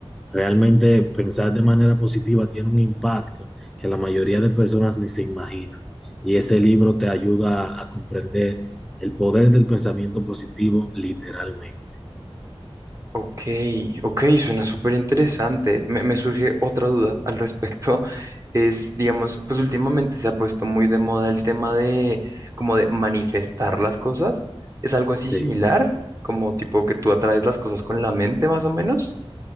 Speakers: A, in the centre; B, on the right.
A: Realmente pensar de manera positiva tiene un impacto que la mayoría de personas ni se imaginan. Y ese libro te ayuda a comprender el poder del pensamiento positivo literalmente.
B: Ok, ok, suena súper interesante. Me, me surge otra duda al respecto. <laughs> Es, digamos, pues últimamente se ha puesto muy de moda el tema de como de manifestar las cosas. ¿Es algo así similar?
A: Sí.
B: Como tipo que tú atraes las cosas con la mente más o menos.